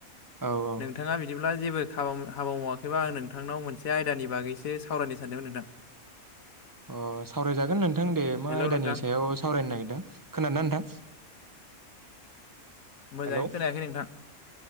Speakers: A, on the right (about 15°); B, on the left (about 75°).
A: औ औ
B: नोंथाङा बिदिब्ला जेबो खालाम हाबा मावाखैबा आं नोंथांनाव मोनसे आयदानि बागैसो सावरायनो सानदोंमोन नोंथां
A: अ सावरायजागोन नोंथां दे मा
B: हेलौ
A: आयदानि
B: नोंथां
A: सायाव सावरायनो नागिरदों खोनादोंना नोंथां <inaudible>
B: मोजाङै
A: हेलौ
B: खोनायाखै नोंथां